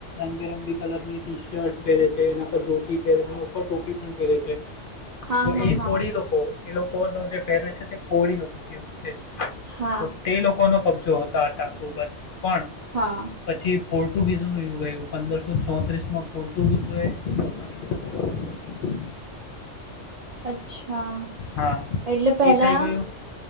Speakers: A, on the left; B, on the right.
A: રંગબેરંગી કલરની ટી શર્ટ પહેરે છે એના પર ધોતી પહેરે છે એ ઉપર ટોપી પણ પહેરે છે
B: હા
A: તો
B: હા
A: એ
B: હા
A: કોડી લોકો એ લોકો ન જે પહેરવે છે તે કોળી લોકો કેહેવાય છે
B: હા
A: તો તે લોકોનો કબ જો હોતા ટાપુ પર પણ
B: હા
A: પછી પોર્ટુગીઝો ન ુગ આવું પંદરસો ચોત્રીસ માં પોર્ટુગીઝોએ આ વિસ્તાર પર કબજો કર્યો
B: અચ્છા
A: હા
B: એટલે પહેલા
A: એ થઈ ગયું